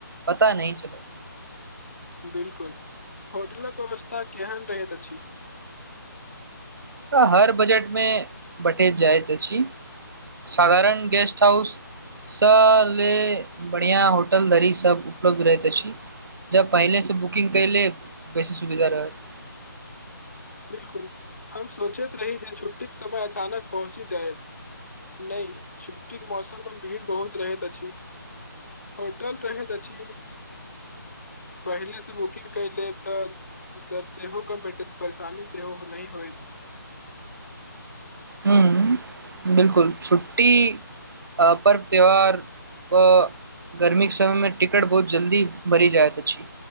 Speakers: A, on the right (about 70°); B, on the left (about 45°).
A: पता नहि चलत
B: बिलकुल होटलक व्यवस्था केहन रहैत अछि
A: तऽ हर बजटमे भटेैत जाइत अछि साधारण गेस्ट हाउस स ले बढ़िआँ होटल धरी सभ उपलब्ध रहैत अछि जब पहिले सँ बुकिंग कै लेब बेसी सुविधा रहत
B: बिलकुल हम सोचैत रही जे छुट्टीके समय अचानक पहुँची जायब नहि छुट्टीके मौसम मे भीड़ बहुत रहैत अछि होटल रहैत अछि पहिले से बुकिंग क लेब तऽ दर से होे कम भेंटत परेशानी से हो नहि होइत
A: ह बिलकुल छुट्टी आ पर्व त्यौहार गर्मीक के समय मे टिकट बहुत जल्दी भरि जाइत अछि